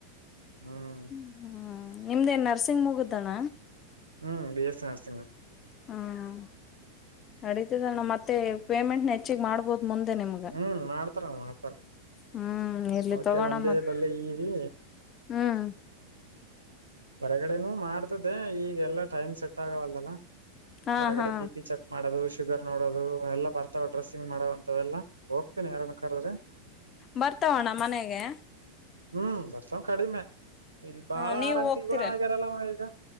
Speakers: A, on the right (about 75°); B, on the left (about 30°).
A: ಹ್ಮ್
B: ಹ್ಮ್ ನಿಮ್ದೇನ್ ನರ್ಸಿಂಗ್ ಮುಗುದ್ದಣ
A: ಹ್ಮ್ ಬಿ ಎಸ್ ಸಿ ನರ್ಸಿಂಗ್
B: ಹ್ಮ ನಡೀತದಣ್ಣ ಮತ್ತೆ ಪೇಮೆಂಟ್ ಹೆಚ್ಚಿಗೆ ಮಾಡ್ಬೋದು ಮುಂದೆ ನಿಮಗೆ
A: ಹ್ಮ್ ಮಾಡ್ತಾರ ಮಾಡ್ತಾರ
B: ಹ್ಮ್ ಇರ್ಲಿ
A: ಓಕೆ
B: ತಗೋಣ
A: ಒಂದ
B: ಮತ್
A: ಬಲ್ಲೆ ಈವಿ
B: ಹ್ಮ್
A: ಹೊರಗಡೆನುೂ ಮಾಡ್ತ್ದೆ ಈಗೆಲ್ಲಾ ಟೈಮ್ ಸೆಟ್ ಆಗವಲ್ದಲ್ಲ
B: ಹಾ
A: ಹೊರಗಡೆ
B: ಹಾ
A: ಬಿ ಪಿ ಚೆಕ್ ಮಾಡೋದು ಶುಗರ್ ನೋಡೋದು ಎಲ್ಲ ಬರ್ತಾವ ಡ್ರೆಸ್ಸಿಂಗ್ ಮಾಡೋಂತ್ದಲ್ಲ ಹೋಗ್ತೇನಿ ಯಾರನ್ ಕ್ರೀ
B: ಬರ್ತಮನ ಮನೆಗೆ
A: ಹ್ಮ್ ಬರ್ಸವ ಕಡಿಮೆ ಇಲ್ ಬಾಳ
B: ಹ ನೀವ್
A: ಆರಂಂತಿಗಳು
B: ಹೋಗ್ತೀರ
A: ಆಗ್ಯಾರಲ್ಲ ಅವ ಈಗ